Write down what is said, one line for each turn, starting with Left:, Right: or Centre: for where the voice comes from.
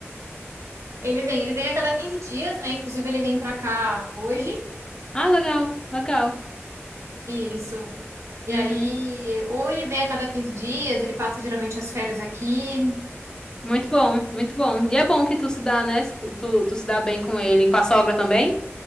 Right: ele vem, ele vem a cada 15 dias, né? Inclusive, ele vem pra cá hoje.
Left: Ah, legal, legal.
Right: Isso. E
Left: Uhum.
Right: aí, ou ele vem a cada 15 dias, ele passa geralmente as férias aqui.
Left: Muito bom, muito bom. E é bom que tu se dá, né? Se Tu, tu, tu se dá bem com ele. Com a sogra também?